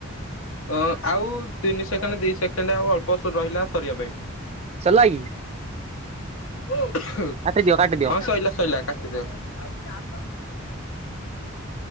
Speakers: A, on the left; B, on the right.
A: ଅ ଆଉ ତିନି ସେକେଣ୍ଡ ଦି ସେକେଣ୍ଡ ଆଉ ଅଳ୍ପଷ୍ଟ ରହିଲା ସରିବା ପାଇଁ ଆଆ
B: ସରିଲା କି?
A: ଓ <unintelligible>
B: କାଟିଦିଅ କାଟିଦିଅ।
A: ହଁ ସୋଇଲାା ଶୋଇଲାା କାଟିଦଉ